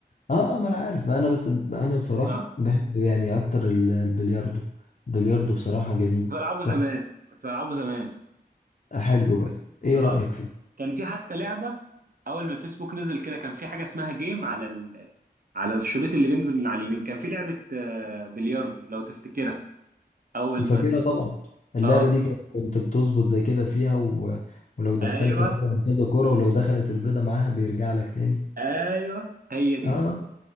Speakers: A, on the left; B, on the right.
A: اه آه، ما
B: بس
A: انا عارف انا بس انا بصراحة
B: اه
A: بحب يعني اكتر ال- البلياردو البلياردو بصراحة جميل
B: كنت بلعبه زمان
A: تحفة
B: كنت بلعبه زمان
A: حلو بس ايه
B: اه
A: رأيك فيه
B: كان في حتى لعبه اول ما الفيسبوك نزل كده كان في حاجه اسمها جيم على ال... على الشريط اللي بينزل من على اليمين كان في لعبه آه، بلياردو لو تفتكرها اول
A: فاكرها
B: ما ال-
A: طبعا اللعبة
B: اه
A: دي كانت- كنت بتظبط زي كده فيها و... ولو دخلت
B: ايوه
A: مثلا كذا كرة ولو دخلت البيضة معاها بيرجع لك تاني
B: ايوه هي دي
A: اه آه،